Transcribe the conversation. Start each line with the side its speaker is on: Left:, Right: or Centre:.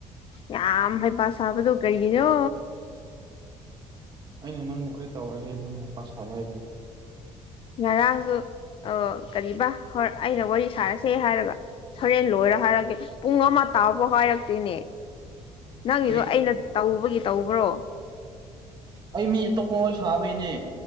Left: ꯌꯥꯝ ꯍꯩꯄꯥ ꯁꯥꯕꯗꯣ ꯀꯩꯒꯤꯅꯣ
Right: ꯑꯩꯅ ꯅꯪꯕꯨ ꯀꯔꯤ ꯇꯧꯔꯒꯦ ꯅꯪꯅ ꯍꯩ ꯄ ꯁꯥꯏ ꯍꯥꯏꯗꯤ
Left: ꯉꯔꯥꯡꯁꯨ ꯑꯣ ꯀꯔꯤꯕ ꯍꯣꯏ ꯑꯩꯅ ꯋꯥꯔꯤ ꯁꯥꯔꯁꯦ ꯍꯥꯏꯔꯒ ꯍꯣꯔꯦꯟ ꯂꯣꯏꯔ ꯍꯥꯏꯔꯛꯀꯦ ꯄꯨꯡ ꯑꯃ ꯇꯥꯐꯥꯎ ꯍꯥꯏꯔꯛꯇꯦꯅꯦ ꯅꯪꯒꯤꯗꯣ
Right: ꯀꯔꯤ
Left: ꯑꯩꯅ ꯇꯧꯕꯒꯤ ꯇꯧꯕ꯭ꯔꯣ
Right: ꯑꯩ ꯃꯤ ꯑꯇꯣꯞꯄ ꯋꯥꯔꯤ ꯁꯥꯟꯅꯕꯩꯅꯦ